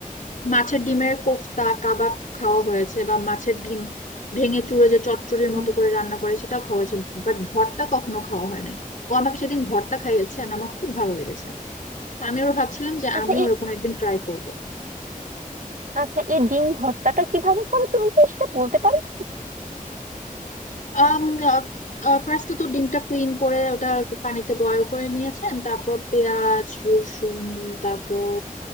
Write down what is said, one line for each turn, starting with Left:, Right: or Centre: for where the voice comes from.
Left: মাছের ডিমের কোফতা কাবাব খাওয়া হয়েছে বা মাছের ডিম ভেঙে চুড়ে যে চচ্চড়ির
Right: হুম।
Left: মতো করে রান্না করে সেটা খাওয়া হয়েছে বাট ভর্তা কখনো খাওয়া হয় নাই ও আমাকে সেদিন ভর্তা খাইয়েছে আর আমার খুব ভালো লেগেছে তো আমি ওরা ভাবছিলাম যে
Right: আচ্ছা
Left: আমিও
Right: এই
Left: ওরকম একদিন ট্রাই করব
Right: আচ্ছা এই ডিম ভর্তাটা কিভাবে করে তুমি কি সেটা বলতে পারবে
Left: আম, আহ, আহ, ফার্স্টে তো ডিমটা ক্লিন করে ওটা একটু পানিতে বয়েল করে নিয়েছেন তারপর পেঁয়াজ রসুন তারপর